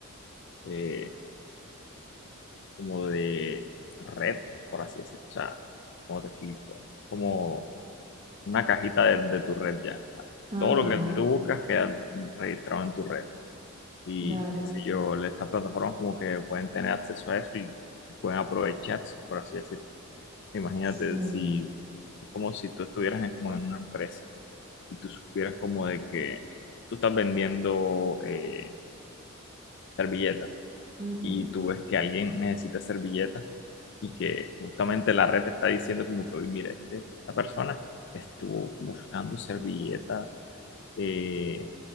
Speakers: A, on the left; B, on the right.
A: eh, como de red, por así decirlo. O sea, ¿cómo te explico? como una cajita de, de tu red ya. O sea,
B: Ajá.
A: todo lo que tú buscas queda registrado en tu red. Y
B: Claro,
A: qué sé yo, estas plataformas como que pueden tener acceso a eso y pueden aprovecharse, por así decirlo. Imagínate
B: sí.
A: si es como si tú estuvieras en, como en una empresa y tú supieras como de que tú estás vendiendo eh, servilletas
B: ujú,
A: y tú ves que alguien necesita servilletas y que justamente la red te está diciendo como que, oye, mira, este- esta persona estuvo buscando servilletas eh,